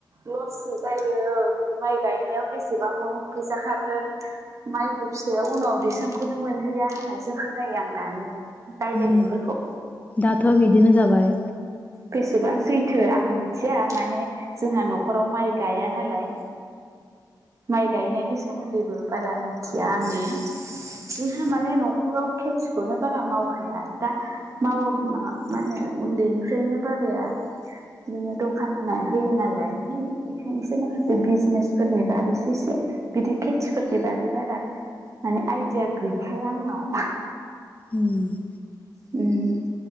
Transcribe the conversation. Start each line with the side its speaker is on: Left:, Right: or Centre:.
Right: लससो जायो माइ गायनायाव बेसेबां फैसा खारगोन। माइखौ फिथाइया उनाव बेसबांखौनो मोनहैया होननायसो खोनायो आं दानि रायलायनायफोरखौ
Left: उम दाथ' बिदिनो जाबाय।
Right: बेसेबां सैथो आं मिथिया माने जोंहा नखराव माइ गाया नालाय। माइ गायनायनि सोमोन्दैबो बारा मिथिया आङो। जोंहा माने नखराव खेथिखौनो बारा मावखाया दा मावो मा मा होनो उन्दैनिफ्रायनो बाबाया बिदिनो दखान होना होयो नालाय माने बेखायनोसो माखासे बिजनेसफोरनि बागैसो एसे बिदि खेथिफोरनि बागै बारा माने आइदिया गैखाया आंनाव।
Left: उम
Right: उम